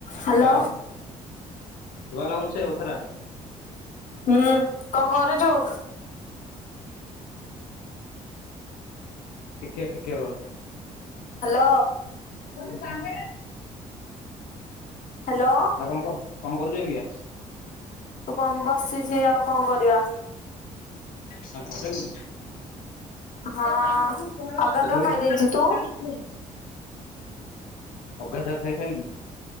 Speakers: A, on the left; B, on the left.
A: Hello.
B: Hello <unintelligible> ତୁ ଭଲ ବଛ କଥରା
A: ହୁଁ କଣ କରୁଛୁ?
B: ଟିକେ ଟିକେ ରହୁଛି
A: ହାଲୋ
B: ମଣ ସଙ୍ଗ
A: ହାଲୋ
B: ଆଉ କଣ କ କଣ କରୁଛ କିଏ
A: ତୁ କଣ ବସିଚି ଆଉ କଣ କରିବା
B: ହ କଲିି <inaudible>
A: ହଁ ଅଗାଧୁଆ ଖାଇ ଦେଇଛି ତୁ?
B: ଅଗାଧୁଆ ଖାଇସାଇଲୁନି